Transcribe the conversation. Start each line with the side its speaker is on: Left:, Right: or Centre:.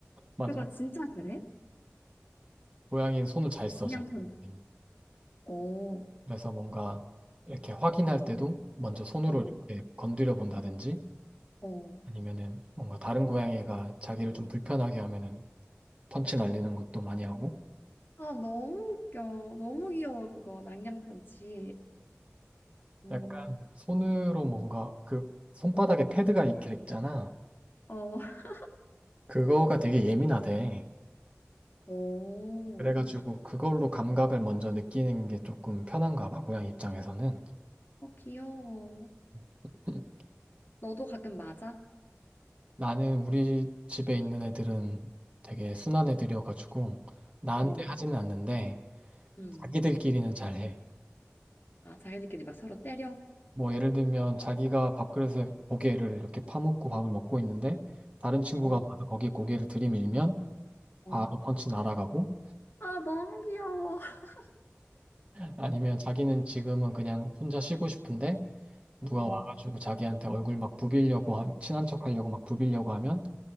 Right: 맞아.
Left: 그거 진짜 그래?
Right: 고양이는 손을 잘 써,
Left: 그냥
Right: 잘
Left: 펀치.
Right: 써. 얘는.
Left: 오,
Right: 그래서 뭔가 이렇게 확인할 때도 먼저 손으로
Left: 오,
Right: 이렇게 건드려 본다든지
Left: 오.
Right: 아니면은 뭔가 다른 고양이가 자기를 좀 불편하게 하면은 펀치 날리는 것도 많이 하고
Left: 아, 너무 웃겨. 너무 귀여워, 그거. 낭냥 펀치. 오,
Right: 약간 손으로 뭔가 그 손바닥에 패드가 이렇게 있잖아
Left: 어, <laughs>
Right: 그거가 되게 예민하대
Left: 오.
Right: 그래가지고 그걸로 감각을 먼저 느끼는 게 조금 편한가 봐 고양이 입장에서는
Left: 어, 귀여워.
Right: <laughs>
Left: 너도 가끔 맞아?
Right: 나는 우리 집에 있는 애들은 되게 순한 애들이어가지고 나한테
Left: 어,
Right: 하지는 않는데
Left: 음.
Right: 자기들끼리는 잘해
Left: 아, 자기들끼리 막 서로 때려?
Right: 뭐 예를 들면 자기가 밥그릇에 고개를 이렇게 파묻고 밥을 먹고 있는데 다른 친구가
Left: 어,
Right: 와서 거기에 고개를 들이밀면
Left: 어.
Right: 바로 펀치 날아가고
Left: 아, 너무 귀여워. <laughs>
Right: 아니면 자기는 지금은 그냥 혼자 쉬고 싶은데 누가
Left: 어,
Right: 와가지고 자기한테 얼굴 막 부비려고 하- 친한 척 하려고 막 부비려고 하면